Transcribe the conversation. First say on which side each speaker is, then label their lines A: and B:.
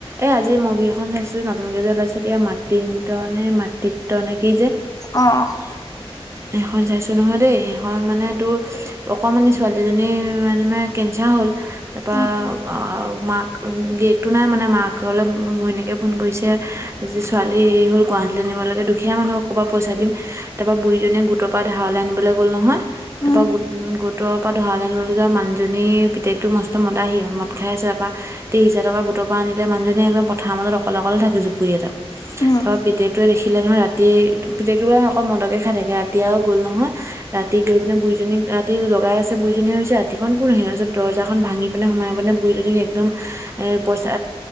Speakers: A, on the right (about 25°); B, on the left (about 35°).
A: এ আজি মুভি এখন চাইছিলো নতুনকে যে ওলাইছে কিবা মাতিম ত নে মাত তিত্ত্ব নে কি যে।
B: অ'।
A: সেইখন চাইছো নহয় দেই সেইখন মানে তোৰ অকমানি ছোৱালীজনী মানে কেঞ্চাৰ হ'ল তাৰপৰা
B: উম
A: মাক গিৰিয়েকটো নাই মানে মাকলে ঘৈণীয়েকে ফোন কৰিছে যে ছোৱালী হেৰি হ'ল গুৱাহাটীলৈ নিব লাগে দুখীয়া মানুহ ক'ৰ পৰা পইচা দিম, তাৰপৰা বুঢ়িজনীয়ে গোটৰ পৰা ধাৰলৈ আনিবলৈ গ'ল নহয় তাৰ
B: উম
A: পৰা গোট-গোট গোটৰ পৰা ধাৰলৈ আনিবলৈ যোৱা মানুহজনী পিতেকটো মষ্ট মদাহি মদ খাই আছে তাৰপৰা তেইছ হাজাৰ টকা গোট গোটৰ পৰা আনিলে মানুহজনী একদম পথাৰৰ মাজত অকলে অকলে থাকে জুপুৰি এটাত
B: উম
A: তাৰপৰা পিতেকটোৱে দেখিলে নহয় ৰাতি পিতেকটো অকল মদকে খাই থাকে ৰাতি আৰু গ'ল নহয় ৰাতি গৈ পিনে বুঢ়িজনী ৰাতি জগাই আছে বুঢ়িজনীয়ে ভাবিছে ৰাতিখন কোন আহ তাৰ পিছত দৰ্জাখন ভাঙি পিনে সোমাই পিনে বুঢ়ি একদম এ পইচা